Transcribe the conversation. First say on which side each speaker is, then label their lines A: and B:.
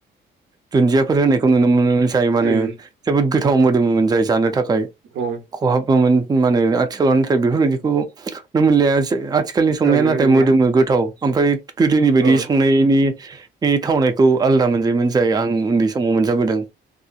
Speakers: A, on the right; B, on the right.
A: दुन्दियाफोर होनायखौ नुनो मोनो जाय मा
B: उम
A: होनो जोबोद गोथाव मोदोमोमोन जाय जानो था खाय
B: औ ओ
A: खहाबोमोन मा होनो आथिखालाव नाथाय बेफोरबायदिखौ नुनो मोनलिया आथिखालनि संनाया
B: नुनो
A: नाथाय
B: मोनलिया
A: मोदोमो गोथाव ओमफ्राय गोदोनि बायदि
B: औ
A: संनायनि थावनायखौ आलादा मोनजायोमोन जाय आं उन्दै समाव मोनजाबोदों